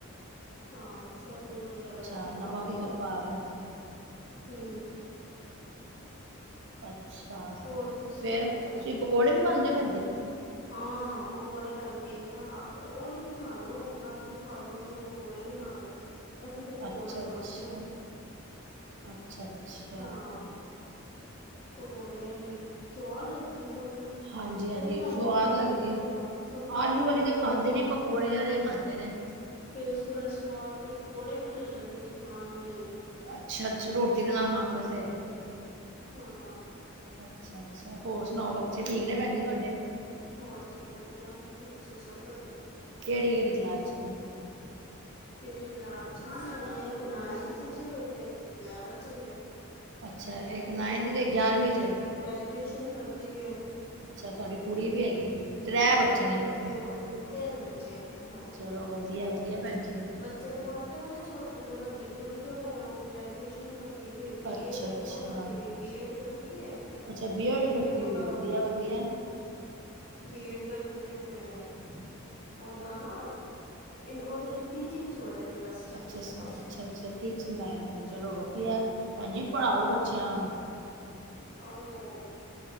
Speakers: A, on the left (about 45°); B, on the right (about 55°).
A: ਹਾਂ, ਸਬ ਮਤਲਬ
B: ਅੱਛਾ
A: ਏਦਾਂ
B: ਨਮਕ
A: ਪਾ ਕੇ,
B: ਉਮਕ ਪਾ ਕੇ
A: ਹ
B: ਅੱਛਾ,
A: ਹੋਰ ਤੁਸੀਂ
B: ਫੇਰ
A: ਸੁਣਾਓ
B: ਤੁਸੀਂ
A: ਭੈਣ ਜੀ
B: ਪਕੌੜੇ ਵੀ ਪਾਦੇ ੳ ਭੈਨ ਜੀ
A: ਹਾਂ ਪਕੌੜੇ ਤਲ ਕੇ ਜਾਂ ਓਹਲੀ ਬਣਾ ਲੋ ਆਲੂ ਪਾਲੋ ਜਾਂ ਪਕੌੜੇ ਬਣਾ ਲਓ ਅਸੀਂ ਤਾਂ ਪਕੌੜੇ
B: ਅੱਛਾ ਅੱਛਾ
A: ਪਾਨੇ ਆ
B: ਅੱਛਾ, ਅੱਛਾ।
A: ਹਾਂ ਪਕੌੜੇ ਆਲੀ ਸੁਆਦ ਲੱਗਦੀ ਏ ਸਭ ਨੂੰ
B: ਹਾਂਜੀ ਹਾਂਜੀ
A: ਕੋਈ
B: ਸਵਾਦ
A: ਆਲੂ ਪਸੰਦ
B: ਲੱਗਦੀ
A: ਨਹੀ ਕਰਦਾ।
B: ਹੈ
A: ਸਭ ਕਹਿੰਦੇ
B: ਆਲੂ ਵਾਲੀ
A: ਪਕੌੜੇ
B: ਤਾਂ ਖਾਂਦੇ
A: ਬਨਾਓ,
B: ਨੀ
A: ਪਕੌੜੇ
B: ਵਾਲੇ
A: ਬਨਾਓ।
B: ਖਾਂਦੇ ਨੇ
A: ਫੇਰ ਥੋੜ੍ਹਾ ਸੁਵਾਦ ਲਈ ਪਕੌੜੇ ਵੀ ਲੈ ਲਿਲਨਗੇ ਖਾਨ ਲਈ
B: ਅੱਛਾ, ਅੱਛਾ ਰੋਟੀ ਤੇ ਨਾਲ ਖਾੜ ਵਾਸਤੇ
A: ਹਾਂ
B: ਅੱਛਾ, ਅੱਛਾ ਹੋਰ ਸੁਨਾਓ ਬੱਚੇ ਠੀਕ ਨੇ ਭੈਨ ਜੀ ਤੁਹਾਡੇ
A: ਹੋਰ ਸਭ ਵਧੀਆ, ਬੰਚੇ ਸਭ ਵਧੀਆ।
B: ਕੇਹੜੀ ਕੇਹੜੀ ਕਲਾਸ ਚ ਨੇ
A: ਕੇਹੜੀ ਕਲਾਸ ਚ ਨੇ, ਇੱਕ ਨਾਈਨਥ ਚ ਤੇ ਇੱਕ ਗਿਆਰਾਂ ਚ ਵੇ
B: ਅੱਛਾ
A: ਤੇ
B: ਨਾਈਨਥ
A: ਇੱਕ ਕੁੜੀ
B: ਤੇ ਗਿਆਰਵੀਂ
A: ਮੇਰੀ
B: ਚ ਹੈ।
A: ਗ੍ਰੈਜੂਏਸ਼ਨ ਕਰਦੀ ਪਈ ਏ
B: ਅੱਛਾ ਤੁਹਾਡੀ ਕੁੜੀ ਵੀ ਹੈਗੀ ਹੈ ਤ੍ਰੈ
A: ਬੀਐਡ
B: ਬੱਚੇ
A: ਕਰਦੀ
B: ਨੇ ਮਤਲਬ
A: ਪਈ ਉਹਨੂੰ ਤਿੰਨ ਬੱਚੇ ਹੈਗੇ ਹਾਂਜੀ।
B: ਚਲੋ ਵਧੀਆ ਵਧੀਆ ਭੈਨਜੀ
A: ਬੱਚੇ ਤੇ ਪੜ੍ਹਦੇ ਪਏ ਨੇ ਛੋਟੇ ਤੇ ਵੱਡੀ ਕੁੜੀ ਜੋ ਹੈ ਉਹ ਗ੍ਰੈਜੂਏਸ਼ਨ ਕਰਦੀ ਬੀ
B: ਅੱਛਾ
A: ਏ ਕਰ,
B: ਅੱਛਾ
A: ਉਹ ਕਰਦੀ ਬੀਐਡ ਕਰਦੀ ਪਈ
B: ਅੱਛਾ ਬੀਐਡ
A: ਤੇ
B: ਕਰਦੀ
A: ਉਹਦਾ
B: ਵੀ ਵਧੀਆ
A: ਉਹ
B: ਵਧੀਆ
A: ਬੀ ਐਡ ਕਰਦੀ ਪਈ ਹ ਤੇ ਉਹਦਾ ਨਾ, ਉਹਦੇ ਟੀਚਿੰਗ ਚ ਬੜਾ ਇੰਟਰਸਟ ਹੈਗਾ
B: ਅੱਛਾ ਅੱਛਾ ਅੱਛਾ ਟੀਚਿੰਗ ਲਾਈਨ ਤੇ ਚਲੋ
A: ਚ
B: ਵਧੀਆ
A: ਬੜਾ ਇੰਟਰਸਟ
B: ਭੈਨ ਜੀ,
A: ਹੈਗਾ।
B: ਪੜ੍ਹਾਓ ਬੱਚਿਆਂ ਨੂੰ
A: ਆਹੋ,